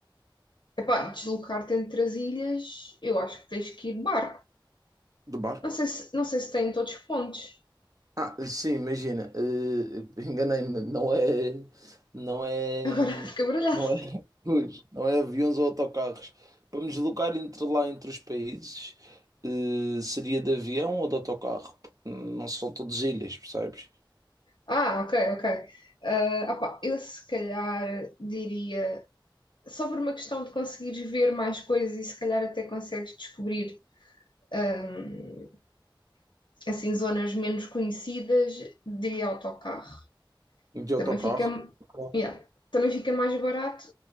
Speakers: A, on the left; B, on the right.
A: Epá, deslocar-te entre as ilhas, eu acho que tens que ir de barco.
B: De barco?
A: Não sei se, não sei se tem em todos os pontos.
B: Ah, sim, imagina, eh, enganei-me, não é, não é,
A: Agora <laughs> fica baralhado.
B: não é, <laughs> pois, não é aviões ou autocarros. Para me deslocar entre lá, entre os países, eh, seria de avião ou de autocarro? Porque Não são todas ilhas, percebes?
A: Ah, ok, ok. Ah, opá, eu se calhar diria, só por uma questão de conseguires ver mais coisas e se calhar até consegues descobrir hum, assim zonas menos conhecidas, diria autocarro.
B: De autocarro?
A: Também fica,
B: Ok.
A: yeah, também fica mais barato.